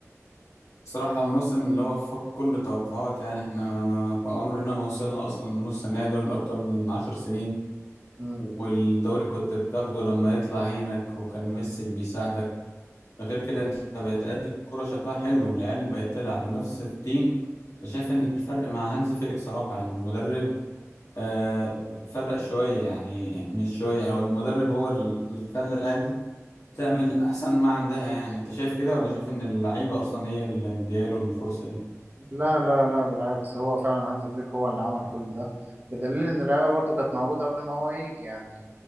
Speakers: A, on the left; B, on the right.
A: بصراحة الموسم اللي هو فوق كل التوقعات يعني احنا ما- ما- كان عمرنا ما وصلنا أصلا لنص النهائي دوري الأبطال من عشر سنين
B: مم.
A: والدوري كنت بتاخده لما يطلع عينك وكان ميسي بيساعدك ده غير كده انت بقيت تقدم الكرة شكلها حلو والعيال بقت تلعب ونفس التيم أنا شايف إن الفرق مع هانز فيليك صراحة يعني المدرب آه فرق شوية يعني, يعني مش شوية أو المدرب هو اللي خلى العيال دي تعمل
B: مم.
A: أحسن ما عندها يعني أنت شايف كده ولا شايف إن اللعيبة أصلا هي اللي مدياله الفرصة دي؟
B: لا لا لا بالعكس هو فعلا هانز فليك هو اللي عمل كل ده بدليل ان اللعيبه برضو كانت موجوده قبل ما هو يجي يعني